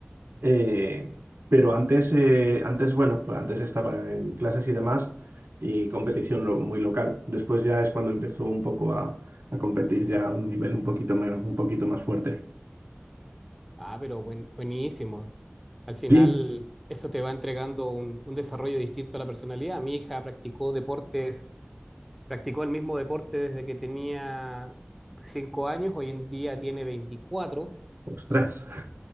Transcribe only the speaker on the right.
Eh, pero antes, eh, antes, bueno, pues antes estaba en clases y demás y competición lo- muy local. Después ya es cuando empezó un poco a, a competir ya a un nivel un poquito, me- un poquito más fuerte.
Sí,
ostras.